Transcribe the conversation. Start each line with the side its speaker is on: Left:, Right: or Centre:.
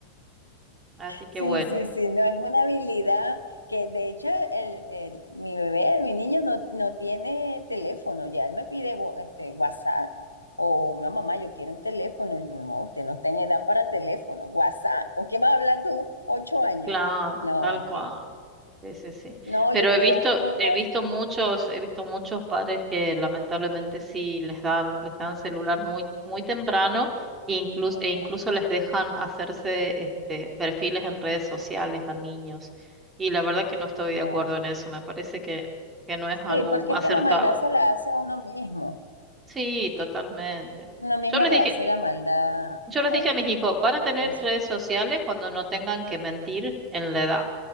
Right: así que
Left: Sí,
Right: bueno,
Left: sí, sí, no, es una habilidad que de hecho el, el- mi bebé, mi niño no, no tiene teléfono, ya él me pide wa- este, WhatsApp o no mamá, yo quiero un teléfono, yo, no, usted no está en edad para teléfono, WhatsApp, ¿con quién vas a hablar tú? Ocho años.
Right: claro,
Left: No,
Right: tal
Left: es
Right: cual.
Left: que,
Right: Sí, sí, sí.
Left: no,
Right: Pero
Left: yo quiero
Right: he visto,
Left: un
Right: he
Left: WhatsApp
Right: visto muchos, he visto muchos padres que lamentablemente sí les dan, les dan celular muy, muy temprano, e incluso,
Left: muy temprano,
Right: e incluso les dejan hacerse este perfiles en redes sociales a niños. Y la verdad que no estoy
Left: no,
Right: de acuerdo
Left: no.
Right: en eso, me parece que, que no es
Left: Sí,
Right: algo
Left: porque
Right: acertado.
Left: es que la maldad se la hace a uno mismo,
Right: Sí, totalmente.
Left: uno mismo
Right: Yo les
Left: le
Right: dije,
Left: hace la maldad
Right: yo les
Left: a
Right: dije
Left: él.
Right: a mis hijos, van a tener
Left: Es,
Right: redes sociales cuando no tengan que mentir en la edad.